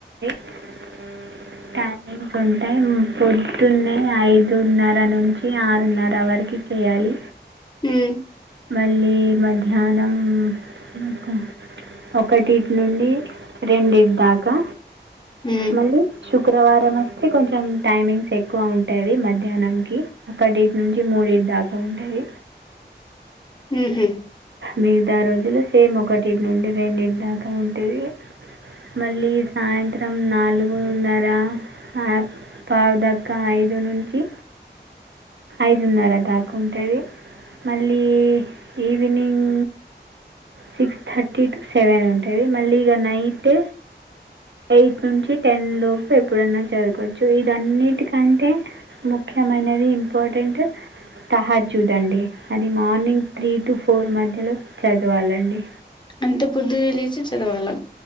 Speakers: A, on the right (about 80°); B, on the left (about 25°).
A: <inaudible> కవిన్స్ టైం పొద్దున్నే ఐదున్నర నుంచి ఆరున్నర వరకి చెయాలి
B: ఉ
A: మళ్ళీ మధ్యాహ్నం ఉమ్ ఒకటిట్ నుండి రెండిట్ దాకా
B: ఉ
A: మళ్ళీ శుక్రవారం అనా అయిత్ కొంచెం టైమింగ్స్ ఎక్కువ ఉంటాది మధ్యాహ్నంకి ఒక డే నుంచి ముడిటి దాకా ఉంటది
B: ఉమ్ హు
A: మిగిత రోజులు సేమ్ ఒకటిట్ నుండి రెండింటి దాకా ఉంటుంది మళ్ళీ సాయంత్రం నాలుగున్నారా హాయి పావుదక్క ఐదు నుంచి ఐదున్నర దాకా ఉంటది మల్- మళ్ళీ evening six thirty to seven ఉంటయి మళ్ళీ ఇగ నైట్ ఎయిట్ నుంచి టెన్ లోపు ఎప్పుడన్నా చదువుకోవచ్చు ఇ అన్నిటికంటే ముఖ్యమైనది, ఇంపార్టెంట్ తహార్ చూదండి అది మార్నింగ్ త్రీ టు ఫోర్ మధ్యలో చదవాలండి.
B: అంత పొద్దున లేచి చదవాలా